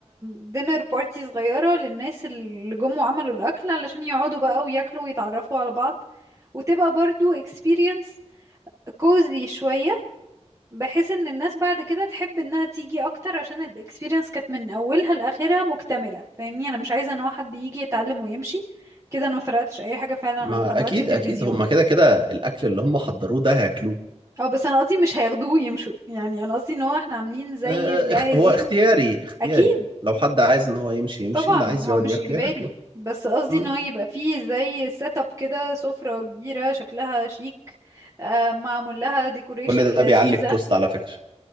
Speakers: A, on the right; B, on the right.
A: دينر بارتي صغيرة للناس اللي جم وعملوا الأكل علشان يقعدوا بقى وياكلوا ويتعرفوا على بعض وتبقى برضو experience كوزي شوية بحيث ان الناس بعد كده تحب انها تيجي اكتر عشان الاكسبيرينس كانت من اولها لاخرها مكتمله فاهمني انا مش عايزه ان هو حد يجي يتعلم ويمشي كده انا ما فرقتش اي حاجه فعلا عن
B: ما
A: قنوات
B: اكيد
A: التلفزيون
B: اكيد هم كده كده الاكل اللي هم حضروه ده هياكلوه
A: او بس انا قصدي مش هياخدوه ويمشوا يعني انا قصدي ان هو احنا عاملين زي
B: آه،
A: مجهزين
B: اخت- هو اختياري اختياري
A: اكيد
B: لو حد عايز ان هو يمشي يمشي
A: طبعا
B: اللي عايز
A: هو
B: يقعد
A: مش
B: ياكله
A: اجباري
B: ياكله
A: بس قصدي
B: مم.
A: ان هو يبقى فيه زي سيت اب كده سفره كبيره شكلها شيك آه، معمول لها ديكوريشن
B: كل
A: لذيذه
B: ده بيعلي الكوست على فكرة